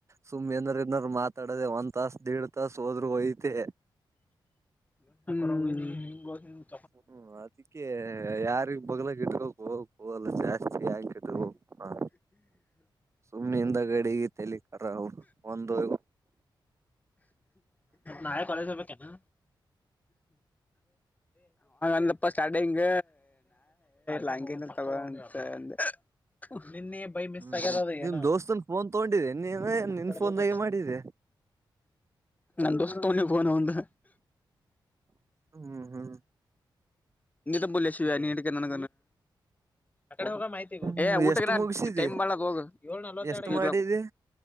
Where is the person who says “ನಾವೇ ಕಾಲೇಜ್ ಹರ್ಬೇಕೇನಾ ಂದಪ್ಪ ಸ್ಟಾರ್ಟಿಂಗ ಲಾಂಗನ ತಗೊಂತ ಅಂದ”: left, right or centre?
Left